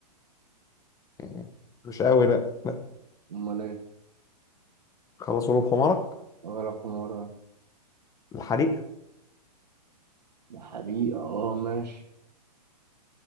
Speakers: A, on the left; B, on the right.
A: يعني مش قوي لا لا
B: امال ايه
A: خلصوا له بحمارك
B: ولا حمارة
A: الحريق
B: حريقة اه ماشي